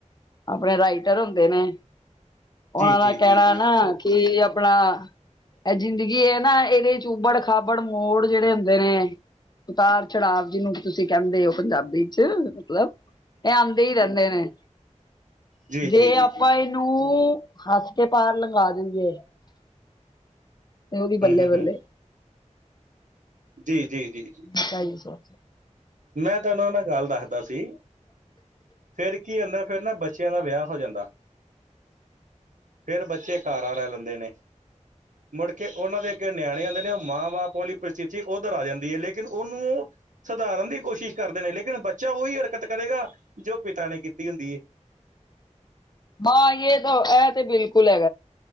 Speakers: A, on the left; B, on the right.
A: ਆਪਣੇ ਰਾਈਟਰ ਹੁੰਦੇ ਨੇ ਉਹਨਾਂ
B: ਜੀ ਜੀ
A: ਦਾ
B: ਜੀ
A: ਕਹਿਣਾ
B: ਜੀ
A: ਨਾ ਕਿ ਆਪਣਾ ਇਹ ਜ਼ਿੰਦਗੀ ਇਹ ਨਾ ਇਹਦੇ ਉਬੜ ਖਾਬੜ ਮੋੜ ਜਿਹੜੇ ਹੁੰਦੇ ਨੇ ਉਤਾਰ ਚੜਾਵ ਜਿਹਨੂੰ ਵੀ ਤੁਸੀਂ ਕਹਿੰਦੇ ਹੋ ਪੰਜਾਬੀ ਮਤਲਬ ਇਹ ਆਉਂਦੇ ਹੀ ਰਹਿੰਦੇ ਨੇ
B: ਜੀ ਜੀ
A: ਜੇ
B: ਜੀ ਜੀ
A: ਆਪਾਂ
B: ਜੀ
A: ਨੂੰ ਹੱਸ ਕੇ ਪਾਰ ਲੰਘਾ ਦਿੰਦੇ ਹੈ ਤੇ ਉਦੀ ਬੱਲੇ
B: ਹੂੰ ਹੂੰ
A: ਬੱਲੇ
B: ਹੂੰ ਜੀ ਜੀ ਜੀ ਜੀ
A: ਅੱਛਾ ਜੀ ਸੋ
B: ਮੈਂ ਤੈਨੂੰ ਉਹਨਾਂ ਗੱਲ ਦੱਸਦਾ ਸੀ। ਫਿਰ ਕੀ ਹੁੰਦਾ ਫਿਰ ਨਾ ਬੱਚਿਆਂ ਦਾ ਵਿਆਹ ਹੋ ਜਾਂਦਾ ਫਿਰ ਬੱਚੇ ਖਾਰਾ ਲੈ ਲੈਂਦੇ ਨੇ ਮੁੜਕੇ ਉਹਨਾਂ ਦੇ ਅੱਗੇ ਨਿਆਣੇ ਹੁੰਂਦੇ ਨੇ ਉਹ ਮਾਂ ਬਾਪ ਵਾਲੀ ਪਰਿਸਥਿਤੀ ਉਧਰ ਆ ਜਾਂਦੀ ਹੈ ਲੇਕਿਨ ਉਹਨੂੰ ਸੁਧਾਰਨ ਦੀ ਕੋਸ਼ਿਸ਼ ਕਰਦੇ ਨੇ ਲੇਕਿਨ ਬੱਚਾ ਉਹੀ ਹਰਕਤ ਕਰੇਗਾ ਜੋ ਪਿਤਾ ਨੇ ਕੀਤੀ ਹੁੰਦੀ ਹੈ।
A: ਹਾਂ ਯ ਤਾਂ ਇਹ ਤੇ ਬਿਲਕੁਲ